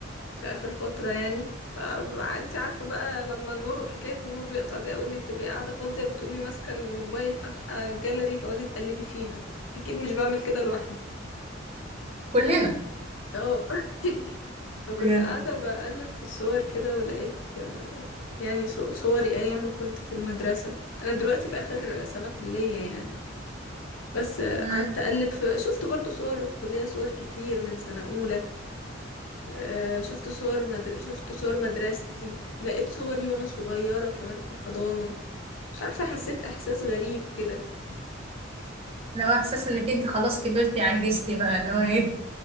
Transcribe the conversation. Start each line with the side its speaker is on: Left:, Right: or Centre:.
Left: في آخر فترة يعني فانت عارفة بقى لما النور حكاية النور بيقطع دي أو انك تبقي قاعدة فاضية بتقومي ماسكة الموبايل فاتحة الجاليري تقعدي تقلبي فيها أكيد مش بعمل كده لوحدي
Right: كلنا
Left: اه <laughs> فكنت
Right: بجد
Left: قاعدة بقلب في الصور كده ولقيت آه، يعني صو- صوري أيام ما كنت في المدرسة أنا دلوقتي في آخر سنة كلية يعني بس آه،
Right: مم.
Left: قعدت أقلب في شفت برضو صور الكلية صور كتير من سنة أولى آه، شفت صور مدر... شفت صور مدرستي لقيت صوري وأنا صغيرة كمان في حضانة مش عارفة حسيت إحساس غريب كده
Right: لو احساس انك انت خلاص كبرتي عجزتي بقى اللي هو ايه